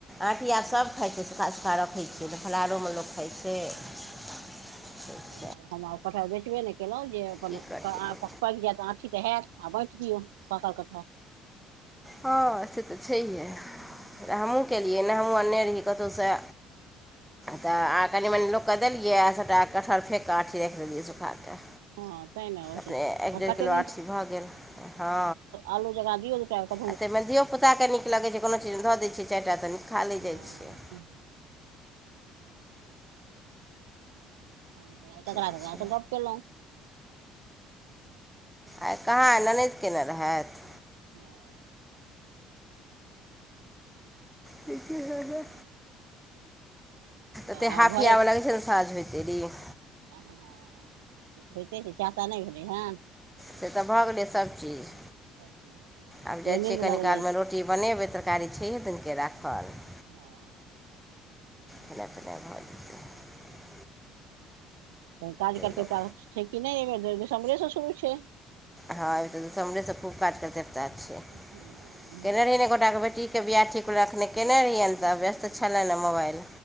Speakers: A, in the centre; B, on the right.
A: आँठी आर
B: हँ
A: सब खाइ छै सुखा सुखा रख छै फलहारोमे लोक खाइ छै
B: हँ
A: ह
B: ताहि
A: <inaudible>
B: दुआरे हम आ कठहर बेचबे नइ केलौं जे अपन
A: की करतै
B: पाकि
A: लोक
B: जायत आंठी तऽ हयैत आर बाँटि दियौ पाकल कटहर
A: हँ से तऽ छैहे हमहूँ केलियै नइ हमहूँ अनने रहियै कतहुसे तऽ आ कनि मनि लोककेँ तऽ कनि मनि लोक के देलियै आ सभटा कटहर फेंक कऽ आँठी राखि देलियै सुखा कऽ
B: हँ तैँ ने ओ
A: अपने एक
B: आ
A: डेढ़
B: कतेक
A: किलो ऑंठी भऽ गेल हँ
B: आल जग दऔ टाम <unintelligible>
A: आ तइमे धियोपुताके नीक लगै छै कोनो चीजमे धऽ दै छियै चारि टा तऽ खा लै
B: हँ
A: जाइ छै छियै
B: आर ककरा
A: तऽ
B: ककरा
A: छै
B: से गप्प केलौं
A: आइ कहाँ आ ननदि केने रहैत
B: हँ
A: ठीके है <unintelligible> एते
B: आ
A: हांफि
B: घरे
A: आब लगै छै न साँझ होइते देरी
B: ह से तऽ होइते छै चाह ताह नइ भेलै हँ
A: से तऽ भऽ गेलै सबचीज
B: सभचीज भऽ गेलै
A: आब
B: तैयो
A: जाइ
B: नींद
A: छियै कनी
B: लगल
A: कालमे
B: अछि
A: रोटी रोटी बनेबै तरकारी छै हे दिनके राखल ओ
B: हँ
A: के भत <unintelligible>
B: तऽ काज करतै
A: लोक
B: तऽ छै कि नइ अइ बेर दिसम्बरे से शुरू छै
A: हँ त हमरे सब खूब काज क चता छ
B: हँ ओ
A: केने रहि गोटा के बेटी <unintelligible> के बियाह ठीक एखने केने रहियन तऽ व्यस्त छलैन मोबाइल